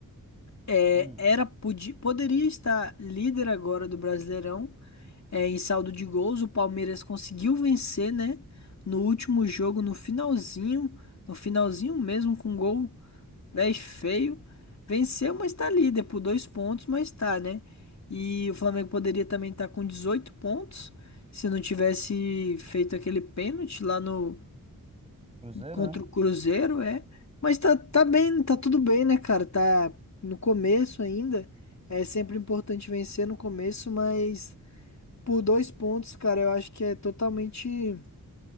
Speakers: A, on the left; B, on the right.
A: é,
B: Hum,
A: era podia poderia estar líder agora do Brasileirão, é, em saldo de gols. O Palmeiras conseguiu vencer, né? No último jogo, no finalzinho, no finalzinho mesmo com gol. 10 feio. Venceu, mas tá líder por dois pontos, mas tá, né? E o Flamengo poderia também estar com 18 pontos se não tivesse feito aquele pênalti lá no
B: Cruzeiro,
A: contra
B: né?
A: o Cruzeiro, é. Mas tá, tá bem, tá tudo bem, né, cara? Tá no começo ainda. É sempre importante vencer no começo, mas por dois pontos, cara, eu acho que é totalmente,